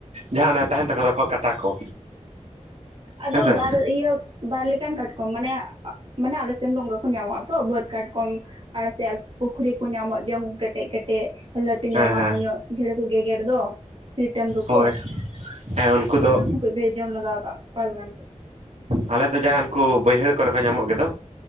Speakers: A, on the right; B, on the right.
A: ᱡᱟᱦᱟᱸ ᱚᱱᱟᱜ ᱛᱟᱦᱮᱱ ᱛᱟᱠᱚ ᱫᱚ ᱠᱚᱜ ᱠᱟᱴᱟ ᱠᱚ᱾
B: ᱟᱫᱚ
A: ᱦᱮᱸᱥᱮ
B: ᱵᱟᱨ ᱤᱭᱟᱹ ᱵᱟᱨ ᱞᱮᱠᱟᱱ ᱠᱟᱴᱠᱚᱢ ᱢᱟᱱᱮ ᱢᱟᱱᱮ ᱟᱞᱮ ᱥᱮᱱ ᱫᱚ ᱚᱝᱠᱟ ᱠᱚ ᱧᱟᱢᱚᱜ-ᱟ ᱛᱚ ᱵᱟᱹᱫ ᱠᱟᱴᱠᱚᱢ, ᱟᱲᱮ ᱥᱮ ᱟᱜ ᱯᱩᱠᱷᱨᱤ ᱠᱚ ᱧᱟᱢᱚᱜ ᱡᱚᱝ ᱠᱮᱴᱮᱡ, ᱠᱮᱴᱮᱡ ᱞᱟᱹᱴᱩ ᱧᱚᱜ
A: ᱦᱮᱸ
B: ᱢᱟᱨᱟᱝ
A: ᱦᱮᱸ
B: ᱧᱚᱜ ᱡᱷᱮᱲᱮ ᱠᱚ ᱜᱮᱜᱮᱨ ᱫᱚ ᱨᱤᱴᱮᱢ ᱫᱚᱠᱚ,
A: ᱦᱳᱭ ᱦᱮᱸ ᱩᱱᱠᱩ ᱫᱚ
B: ᱵᱤᱨ ᱡᱚᱢ ᱞᱟᱜᱟᱣ ᱠᱟᱜ
A: ᱟᱞᱮ ᱫᱚ ᱡᱟᱦᱟᱸ ᱩᱱᱠᱩ ᱵᱟᱹᱭᱦᱟᱹᱲ ᱠᱚᱨᱮ ᱠᱚ ᱧᱟᱢᱚᱜ ᱜᱮᱫᱚ,